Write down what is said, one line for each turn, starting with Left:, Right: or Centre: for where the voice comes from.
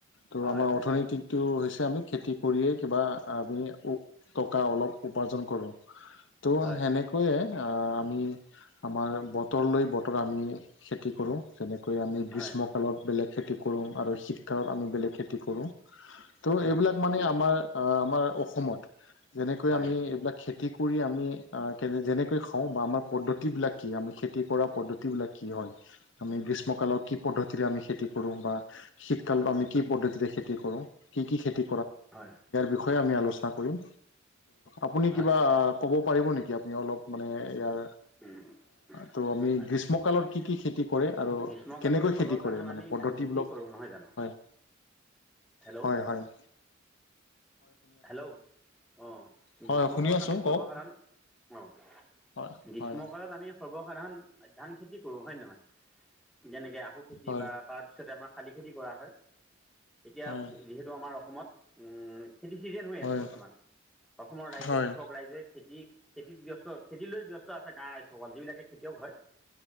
Left: ত'
Centre: হয়
Left: আমাৰ
Centre: হয়
Left: অৰ্থনীতিকটো হৈছে আমি খেতি কৰিয়েই কিবা আমি টকা অলপ উপাৰ্জন কৰোঁ। তো
Centre: হয়
Left: সেনেকৈয়ে আমি আমাৰ বতৰলৈ বতৰ আমি খেতি কৰোঁ যেনেকৈ আমি গ্ৰীষ্মকালত
Centre: হয়
Left: বেলেগ খেতি কৰোঁ আৰু শীতকালত আমি বেলেগ খেতি কৰো, ত'
Centre: উম,
Left: এইবিলাক মানে আমাৰ আমাৰ অসমত যেনেকৈ
Centre: হয়
Left: আমি এইবিলাক খেতি কৰি আমি কেনে যেনেকৈ খাওঁ বা আমাৰ পদ্ধতিবিলাক কি, আমি খেতি কৰা পদ্ধতিবিলাক কি হয় আমি গ্ৰীষ্মকালৰ কি পদ্ধতি খেতি কৰো
Centre: অঁ,
Left: বা শীতকালত আমি কি পদ্ধতি খেতি কৰো, কি কি খেতি
Centre: হয়
Left: বিষয় আমি আলোচনা কৰিম আপুনি
Centre: হয়
Left: কিবা। কব পাৰিব নকি আপুনি অলপ ইয়াৰ
Centre: উম,
Left: তো আমি
Centre: নহয়
Left: গ্ৰীষ্মকালত কি কি খেতি। খেতি কৰে আৰু
Centre: গ্ৰীষ্মকালত
Left: কেনেকৈ
Centre: সৰ্বসাধাৰণ
Left: খেতি কৰে মানে
Centre: আমি
Left: পদ্ধতিবলক
Centre: ধান খেতি কৰোঁ নহয় জানো
Left: হয়।
Centre: হেল্ল'
Left: হয় হয় অ
Centre: হেল্ল' আহ গ্ৰীষ্মকালত
Left: হয় শুনি আছো
Centre: আমি সৰ্বসাধাৰণ
Left: কওক
Centre: অ।
Left: হয়
Centre: গ্ৰীষ্মকালত
Left: হয়
Centre: আমি সৰ্বসাধাৰণ ধান খেতি কৰো হয় নে নহয়। যেনেকে আহু খেতি
Left: হয়
Centre: বা তাৰপিছতে আমাৰ শালি খেতি কৰা হয়। এতিয়া
Left: হয়
Centre: যিহেতু আমাৰ অসমত খেতি চিজন হৈ
Left: হয়
Centre: আছে বৰ্তমান, অসমৰ ৰাইজে
Left: হয়
Centre: কৃষক ৰাইজে খেতি খেতিত ব্যস্ত খেতি লৈ ব্যস্ত আছে গাঁৱৰ ৰাইজসকল যিবিলাকে খেতিয়ক হয়